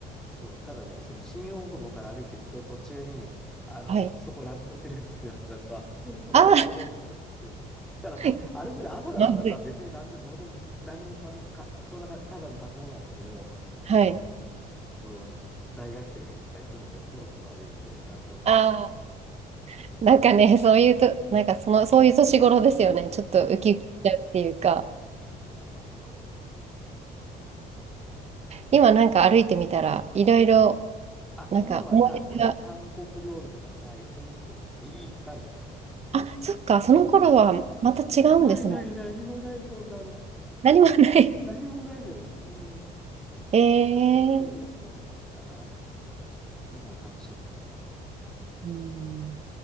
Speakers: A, in the centre; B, on the right.
A: そう、ただね、その新大久保から歩いていくと、途中に、あの、
B: はい。
A: そこラブホテルだからさ、<laughs> そこの横通っていくっていう。
B: あ
A: たださ、
B: ー、
A: 歩くで朝だからさ、
B: <laughs> まずい。
A: 別になんで、どうでもいい、何にもかん、か、そんなか、ただの建物なんだけど、
B: はい。
A: うん、そこを大学生がいっぱいゾロゾロゾロゾロ歩いて学校に通ってた。
B: あ
A: うん
B: ー、なんかね、そういうと、なんかその、そういう年頃ですよね。ちょっとウキウキしちゃうっていうか、
A: そうそうそう。なんかね、不思議な場所だったな。
B: 今なんか歩いてみたら、いろいろ、
A: あ、
B: なんか思い出が、
A: 今はさ、ほら、韓国料理とかさ、エスニックの店がいっぱいあるじゃないのよさ。
B: あ、そっか、その頃はまた違うんですもん。
A: そうないない何もないそんなの。
B: 何もない。
A: 何もないよ。うん。
B: <laughs> え
A: そうよ、
B: ー、
A: そうよ。だからね、うん今楽しいと思うよ。
B: うん